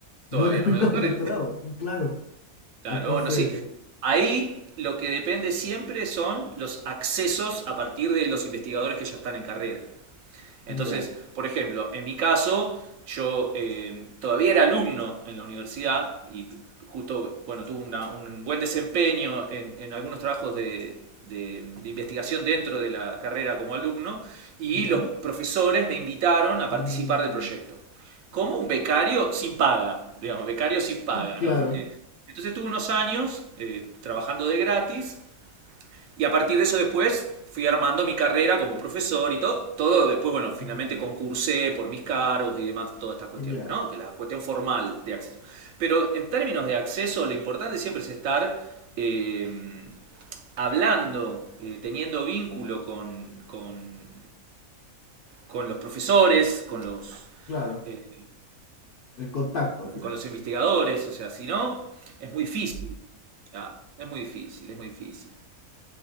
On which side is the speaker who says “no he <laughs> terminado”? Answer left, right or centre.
Left